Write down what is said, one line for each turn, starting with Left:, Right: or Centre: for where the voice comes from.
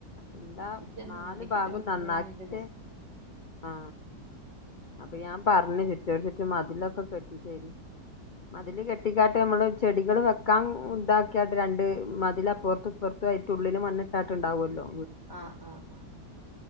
Left: എല്ലാ
Right: ആ മുറ്റം
Left: നലു
Right: നന്നാക്കിട്ട്
Left: ഭാഗം
Right: വെക്കുമ്പോഴാണ്
Left: നന്നാക്കിട്ട്
Right: അതിന്റെ രസം
Left: ആ അപ്പൊ ഞാൻ പറഞ്ഞ് ചുറ്റോട് ചുറ്റും മതിലൊക്കെ കെട്ടിതരി മതില് കെട്ടിക്കാട്ട് നമ്മള് ചെടികള് വെക്കാൻ ഇതാക്ക്യാട്ട് രണ്ട് മതിൽ അപ്പുറത്തും ഇപ്പുറത്ത ആയിട്ട് ഉള്ളിൽ മണ്ണിട്ടാട്ട് ഉണ്ടാവൊല്ലോ
Right: ആ ആ ആഹ്